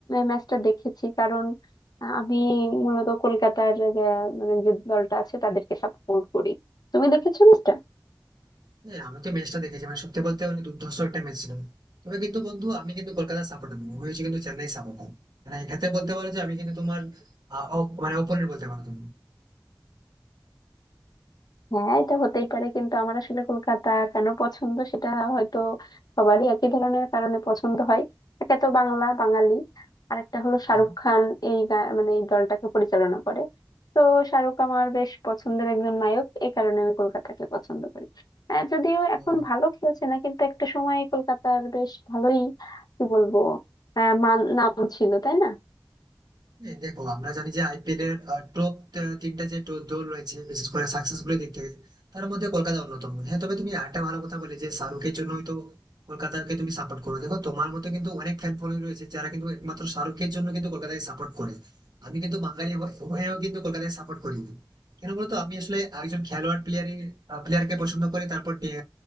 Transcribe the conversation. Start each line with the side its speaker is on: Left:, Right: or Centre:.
Left: ম্যাচটা দেখেছি কারণ আহ, আমি মূলত কলকাতার আহ, মানে যে দলটা আছে তাদেরকে সাপোর্ট করি তুমি দেখেছো ম্যাচটা
Right: হ্যাঁ আমি তো ম্যাচটা দেখেছি মানে সত্যি বলতে মানে দুর্ধর্ষ একটা ম্যাচ ছিল তবে কিন্তু বন্ধু আমি কিন্তু কলকাতার সাপোর্টার নই আমি হচ্ছি কিন্তু চেন্নাই সাপোর্টার মানে এক্ষেত্রে বলতে পারো যে আমি কিন্তু তোমার আহ, অপ- মানে অপোনেন্ট বলতে পারো তুমি
Left: হ্যাঁ এটা হতেই পারে কিন্তু আমার আসলে কলকাতা কেন পছন্দ সেটা হয়তো সবারই একই ধরনের কারণে পছন্দ হয় একে তো বাংলা বাঙালি আর একটা হলো শাহরুখ
Right: হ্যাঁ,
Left: খান এই গা- মানে এই দলটাকে পরিচালনা করে তো শাহরুখ আমার বেশ পছন্দের একজন নায়ক এই কারণে আমি কলকাতাকে পছন্দ করি আহ, যদিও
Right: তো
Left: এখন ভালো খেলছে না কিন্তু একটা সময় কলকাতার বেশ ভালোই কি বলবো আহ, মান নাম ছিল তাই না
Right: হ্যাঁ, দেখো আমরা জানি যে আইপিএল এর টপ তিনটা যে to- দল রয়েছে বিশেষ করে সাকসেসফুল দিক থেকে তার মধ্যে কলকাতা অন্যতম হ্যাঁ তবে তুমি একটা ভালো কথা বলে যে শাহরুখের জন্য হয়তো কলকাতাকে তুমি সাপোর্ট করো দেখো তোমার মতো কিন্তু অনেক ফ্যান ফলোয়িং রয়েছে যারা কিন্তু একমাত্র শাহরুখের জন্য কিন্তু কলকাতাকে সাপোর্ট করে আমি কিন্তু বাঙালি হয়ে- হয়েও কিন্তু কলকাতাকে সাপোর্ট করি না। কেন বলতো আমি আসলে একজন খেলোয়াড় প্লেয়ারের প্লেয়ারকে পছন্দ করি তারপর টি-